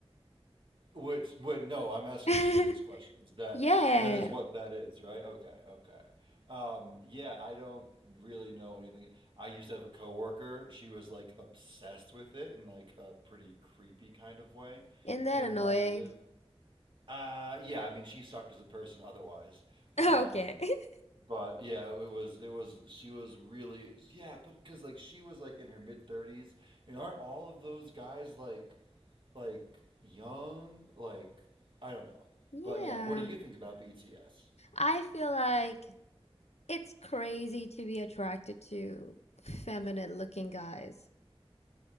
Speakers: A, on the right; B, on the left.
A: Which wait, no, I'm asking
B: it.
A: a serious question. Is that
B: <laughs> Yeah,
A: that is what that is, right? Okay, okay. Um yeah, I don't really know anything. I used to have a coworker. She was like obsessed with it in like a pretty creepy kind of way.
B: isn't that
A: And
B: annoying?
A: when I lived uh yeah, I mean she sucked as a person otherwise. Um
B: Okay. <laughs>
A: But yeah, it was it was she was really yeah, but because like she was like in her mid thirties, and aren't all of those guys like like young? Like I don't know,
B: Yeah,
A: but yeah, what do you think about BTS?
B: I feel like it's crazy to be attracted to feminine looking guys